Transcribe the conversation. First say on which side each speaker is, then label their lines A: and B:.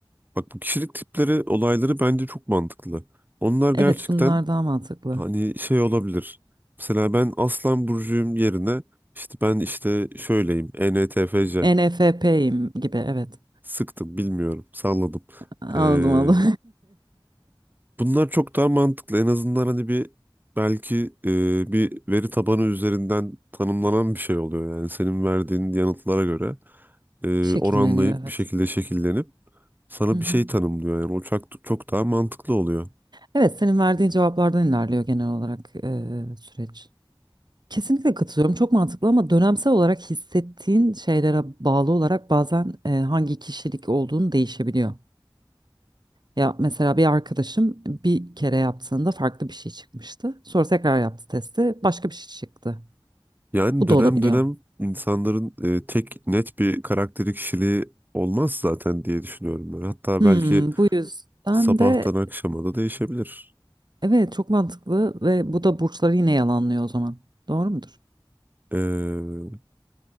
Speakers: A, on the right; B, on the right.
A: Bak bu kişilik tipleri olayları bence çok mantıklı. Onlar gerçekten
B: Evet, bunlar daha mantıklı.
A: hani şey olabilir. Mesela ben Aslan Burcu'yum yerine işte ben işte şöyleyim ENTFC
B: ENFP'yim gibi evet.
A: sıktım bilmiyorum salladım.
B: Anladım
A: Ee,
B: anladım.
A: bunlar çok daha mantıklı. En azından hani bir belki e, bir veri tabanı üzerinden tanımlanan bir şey oluyor. Yani senin verdiğin yanıtlara göre e,
B: <laughs> Şekilleniyor
A: oranlayıp
B: evet.
A: bir şekilde şekillenip sana
B: Hı
A: bir
B: hı.
A: şey tanımlıyor. Yani o çok, çok daha mantıklı oluyor.
B: Evet, senin verdiğin cevaplardan ilerliyor genel olarak eee, süreç. Kesinlikle katılıyorum. Çok mantıklı ama dönemsel olarak hissettiğin şeylere bağlı olarak bazen eee, hangi kişilik olduğunu değişebiliyor. Ya mesela bir arkadaşım bir kere yaptığında farklı bir şey çıkmıştı. Sonra tekrar yaptı testi, başka bir şey çıktı.
A: Yani
B: Bu
A: dönem
B: da olabiliyor.
A: dönem insanların e, tek net bir karakteri kişiliği olmaz zaten diye düşünüyorum ben. Hatta
B: Hmm,
A: belki
B: bu yüzden
A: sabahtan
B: de
A: akşama da değişebilir.
B: evet çok mantıklı ve bu da burçları yine yalanlıyor o zaman. Doğru mudur?
A: Ee,